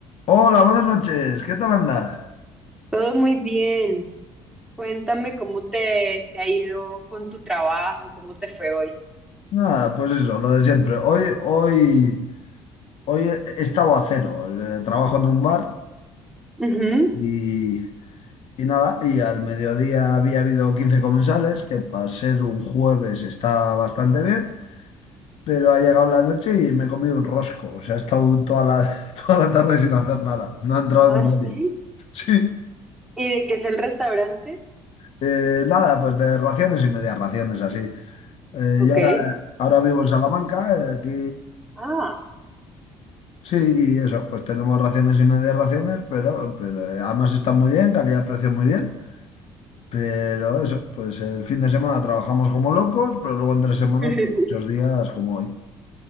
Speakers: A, on the left; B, in the centre.
A: Hola, buenas noches. ¿Qué tal andas?
B: Todo muy bien. Cuéntame cómo te, te ha ido con tu trabajo, cómo te fue hoy.
A: Nada, pues eso, lo de siempre. Hoy, hoy, hoy he he estado a cero. Eh, Trabajo en un bar
B: Ujú.
A: y, y nada, y al mediodía había habido 15 comensales, que para ser un jueves está bastante bien, pero ha llegado la noche y me he comido un rosco. O sea, he estado toda la, <laughs> toda la tarde sin hacer nada. No ha entrado
B: Ah,
A: nadie.
B: <laughs> sí.
A: <laughs> Sí.
B: ¿Y de qué es el restaurante?
A: Eh, nada, pues de raciones y medias raciones así. Eh,
B: Ok.
A: y ahora, ahora vivo en Salamanca, eh, aquí
B: Ah.
A: Sí, y eso, pues tenemos raciones y medias raciones, pero, pero eh, además están muy bien, calidad-precio muy bien. Pero eso, pues el fin de semana trabajamos como locos, pero luego entre semana,
B: <laughs>
A: pues, muchos días como hoy.